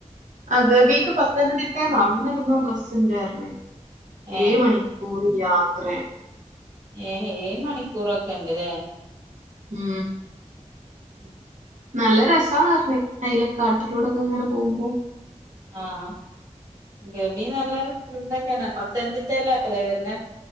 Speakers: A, on the right; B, on the right.
A: ആ ഗവീക്ക് പ ത്തന്നതിട്ടേന്ന അവിടുന്ന് എവിടെന്നോ ബസ് ഉണ്ട് പറഞ്ഞു
B: ഏ
A: ഏയ് മണിക്കൂർ യാത്രേ
B: ഏ ഏയ് മണിക്കൂറൊക്കെ ഉണ്ട്ല്ലേ
A: മ്ഹ്
B: ഉം
A: നല്ല രസമാണ് പറഞ്ഞു അയിലെ കാട്ടിലൂടൊക്കെ ഇങ്ങനെ പോകുമ്പോ
B: ആഹ് ഗവി നല്ല ഇതൊക്കെയാണ് പത്തനംതിട്ടേല്ലല്ലേ വരുന്നെ